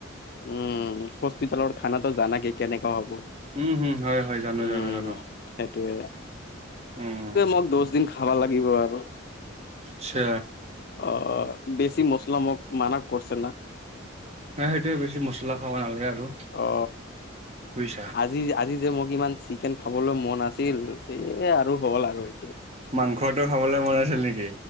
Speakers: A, on the left; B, on the right.
A: উম', হস্পিতালৰ খানাটো জানাকে কেনেকুৱা হ'ব?
B: উম হম হয় হয় জানো
A: উম',
B: জানো জানো
A: সেইটো
B: উম
A: <inaudible> দুদিন খাব লাগিব আৰু।
B: আচ্ছা।
A: আহ, বেছি মছলা মোক মানা কৰছে না।
B: নাই সেইটোৱে বেছি মছলা খাব নালাগে আৰু
A: অ
B: বুইছা।
A: আজি, আজি যে মোক ইমান চিকেন খাবলৈ মন আছিল, <unintelligible> আৰু হ'ল আৰু এইটো
B: মাংসটো খাবলে মোন আছিল নেকি?